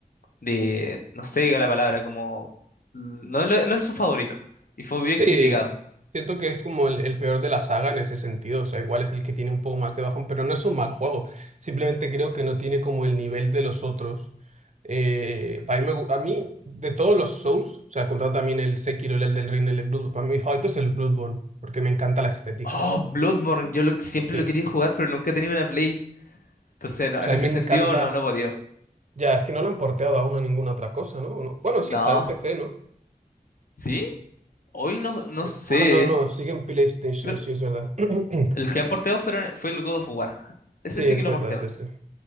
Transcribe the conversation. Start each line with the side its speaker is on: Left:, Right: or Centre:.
Left: de, no sé la palabra, como, no, lo- no es su favorito, y fue
Right: Sí,
Left: bien criticado.
Right: siento que es como el, el peor de la saga en ese sentido. O sea, igual es el que tiene un poco más de bajón, pero no es un mal juego. Simplemente creo que no tiene como el nivel de los otros. Eh, para mí me gu- a mí, de todos los Souls, o sea, contando también el Sekiro, el Elden Ring, el Bloodborne, para mí mi favorito es el Bloodborne, porque me encanta la estética.
Left: Oh, Bloodborne, yo lo- siempre
Right: Sí.
Left: lo quería jugar, pero nunca he tenido una Play. Entonces, no,
Right: O sea,
Left: en
Right: a
Left: ese
Right: mí me
Left: sentido,
Right: encanta.
Left: no, no he podido.
Right: Ya, es que no lo han porteado aún a ninguna otra cosa, ¿no? no? Bueno,
Left: No.
Right: sí, está en PC, ¿no?
Left: ¿Sí? Hoy
Right: Sí.
Left: no, no sé.
Right: Ah, no, no, sigue en PlayStation,
Left: Creo-
Right: sí, es verdad. <clears throat>
Left: el que han porteado fueron, fue el God of War. Ese
Right: Sí, es
Left: sí que
Right: verdad,
Left: lo portearon.
Right: sí, sí.